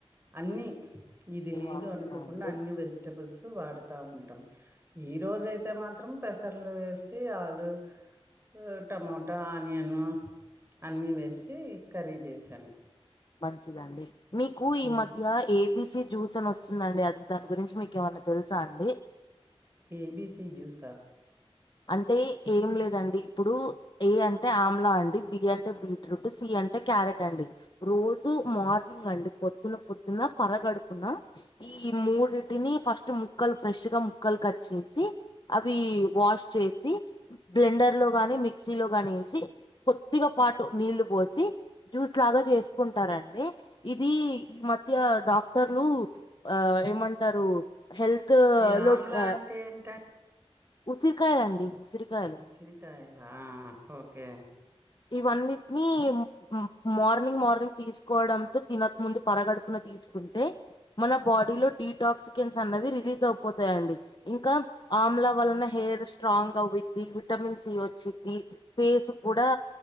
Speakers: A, on the right; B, on the left.
A: అన్నీ ఇది
B: ఓ
A: లేదు
B: అవునా
A: అనుకో
B: అండి
A: వెజిటబుల్స్ వాడుతా ఉంటాం ఈ రోజయితే మాత్రం పెసర్లు వేసి ఆలు అ టమోటా ఆనియన్ అన్నీ వేసి కర్రీ జేసాను
B: మంచిదండి మీకు ఈ
A: హ్మ్.
B: మధ్య ఏబిసి జ్యూస్ అని వస్తుందండి అది దాని గురించి మీకు ఏమన్నా తెలుసా అండి
A: ఏబీసీ జ్యూసా
B: అంటే ఏం లేదండి ఇప్పుడు ఏ అంటే ఆమ్లా అండి బి అంటే బీట్రూట్ సి అంటే క్యారెట్ అండి రోజు మార్నింగండి పొద్దున్న పొద్దున పరగడుపున ఈ మూడిటిని ఫస్ట్ ముక్కలు ఫ్రెష్గా ముక్కలు కట్ చేసి అవి వాష్ చేసి బ్లెండర్ లో గాని మిక్సీలో గాని వేసి కొద్దిగా పాటు నీళ్లు పోసి జ్యూస్ లాగా చేసుకుంటారండి ఇది ఈ మధ్య డాక్టర్లు ఆ ఏమంటారు హెల్త్
A: ఈ
B: లోట్
A: ఆమ్లా
B: ఆ
A: అంటే ఏంటండి?
B: ఉసిరికాయలండి ఉసిరికాయ
A: సిరికాయలాఆ ఆ ఓకే
B: ఇవన్నిటిని మ మార్నింగ్ మార్నింగ్ తీసుకోవడంతో తినక ముందు పరగడుపున తీ సుకుంటే మన బాడీలో డిటాక్సికెన్స్ అన్నవి రిలీజ్ అవిపోతాయండి ఇంకా ఆమ్ల వలన హెయిర్ స్ట్రాంగ్ అవుద్ది విటమిన్ సి వచ్చిద్ధి పేసు కు గుడా